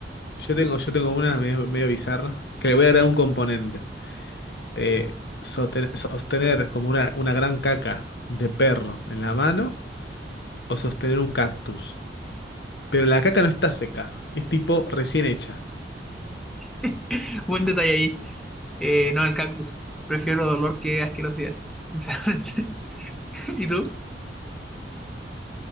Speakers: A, on the left; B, in the centre.
A: yo tengo, yo tengo una medio, medio bizarra, que le voy a agregar un componente. Eh, sote- sostener como una, una gran caca de perro en la mano o sostener un cactus. Pero la caca no está seca, es tipo recién hecha.
B: <laughs> Buen detalle ahí. Eh, no, el cactus. Prefiero dolor que asquerosidad, sinceramente. <laughs> ¿Y tú?